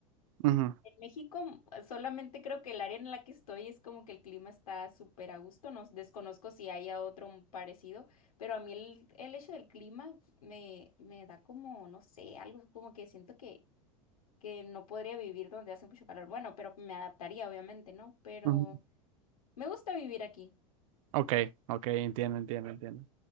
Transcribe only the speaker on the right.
Ujú,
ujú.
Ok, ok, entiendo, entiendo, entiendo.